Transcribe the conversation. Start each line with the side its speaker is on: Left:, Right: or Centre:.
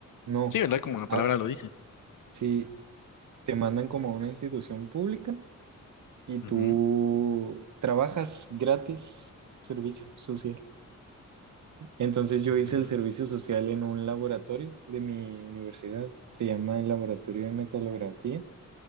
Right: No,
Left: Sí, ¿verdad? Como la
Right: ah,
Left: palabra lo dice.
Right: sí, te mandan como a una institución pública y
Left: Ujú.
Right: tú trabajas gratis servicio social. Entonces yo
Left: Mm,
Right: hice el servicio social en un laboratorio de mi universidad, se llama el Laboratorio de Metalografía,